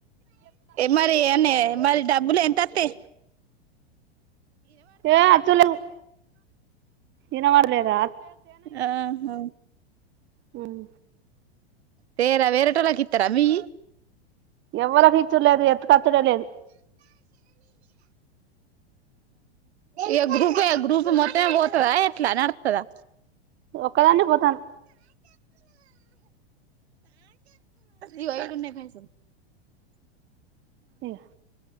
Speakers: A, on the right; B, on the right.
A: మరి ఎన్న మరి డబ్బులు ఎ తతే
B: ఏ అతుల ఇన పదలేదా
A: ఆహా
B: హమ్
A: పర్ వేరేటలాకి తరా అవి
B: ఎవ్వరికి ఇచ్చుర్ లేదు ఎత ఖర్చులేదు
A: ఇగా గ్రూపే, గ్రూప్ మొత్తమే పోతాదా ఎట్లా నడుత్తదా.
B: ఒక్కదాన్ని పోతాను
A: ఇగో ఈడున్నై పైసల్.
B: ఇగ